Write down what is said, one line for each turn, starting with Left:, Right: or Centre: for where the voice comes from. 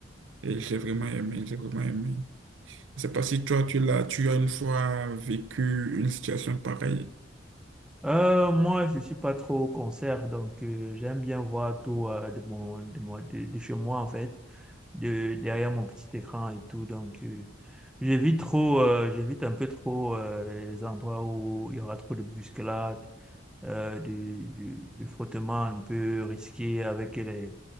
Right: et j'ai vraiment aimé, j'ai vraiment aimé. Je sais pas si toi, tu l'as, tu as une fois vécu une situation pareille.
Centre: Euh, moi, je suis pas trop au concert, donc euh, j'aime bien voir tout euh, de, mon, de, mon- de- de chez moi, en fait. de, derrière mon petit écran et tout. Donc, euh, j'évite trop, euh, j'évite un peu trop euh, les endroits où il y aura trop de bousculades, euh, du, du- du frottement un peu risqué avec les,